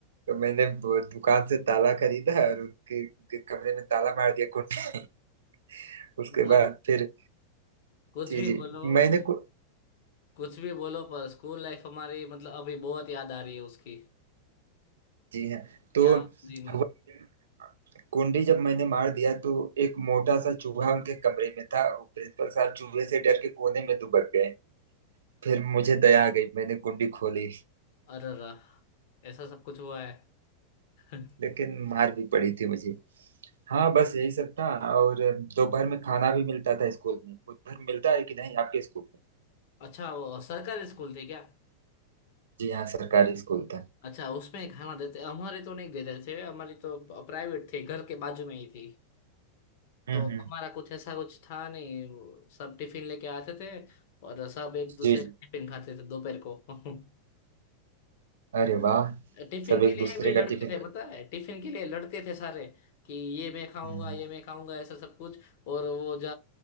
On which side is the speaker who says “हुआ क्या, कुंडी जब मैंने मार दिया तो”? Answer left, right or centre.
Right